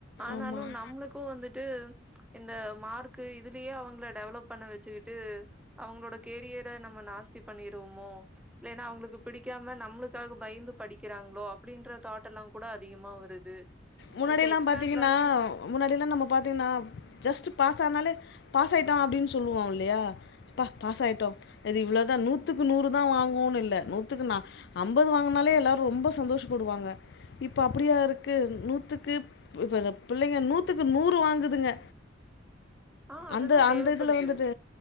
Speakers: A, in the centre; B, on the left.
A: ஆனாலும்
B: ஆமாம்
A: நம்மளுக்கும் வந்துட் இது இந்த மார்க்கு இதுலயே அவங்கள டெவலப் பண்ண வச்சுக்கிட்டு அவங்களோட கேரியர நம்ம நாஸ்தி பண்ணடுவோமோ ஹா இல்லைன்னா அவங்களுக்கு பிடிக்காம நம்மளுக்காக பயந்து படிக்கிறாங்களோ அப்படின்ற தாட் எல்லாம் கூட அதிகமா வருது
B: முன்னாடிய
A: இப்ப
B: எல்லாம்
A: எக்ஸ்ட்ரா
B: பாத்தீங்கன்னா
A: கிளாஸு
B: முன்னாடி எல்லாம் நம்ம பாத்தீங்கன்னா ஜஸ்ட் பாஸ் ஆனாலே பாச ஐட்டும் அப்படின்னு சொல்லுவு இல்லையா ப்ப பாச ஐட்டம் அது இவ்வளோதான் நூத்துக்கு நூறு தான் வாங்குவோன்னனு இல்ல நூத்துக்கு நா ஐம்பது வாங்குனாலே எல்லாரும் ரொம்ப சந்தோஷப்படுவாங்க இப்ப அப்படியா இருக்கு நூத் துக்கு இப்ர பிள்ளைங்க நூத்துக்கு நூறு வாங்குதுங்க
A: ஆ அதுதா
B: அந்த அந்த
A: தேவப்படுது
B: இதுலவந்துட்டு